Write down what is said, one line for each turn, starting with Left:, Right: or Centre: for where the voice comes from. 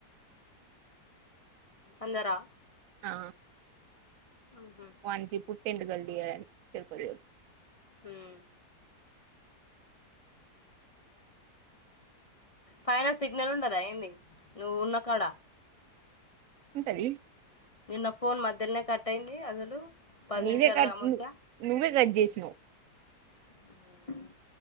Left: అందరా
Right: ఆ
Left: ఉహు
Right: వానికి పుట్టెంటుకులు <unintelligible>
Left: మ్మ్ పైన సిగ్నల్ ఉండద ఏంది నువ్వు ఉన్నా కాడ
Right: ఉంటది
Left: నిన్న ఫోన్ మధ్యలనే కట్ అయింది అసలు పది
Right: నీవే
Left: నిమిషాలు
Right: కట్
Left: కాముందుకే
Right: ను నువ్వే కట్ చేసినవ్
Left: ఆ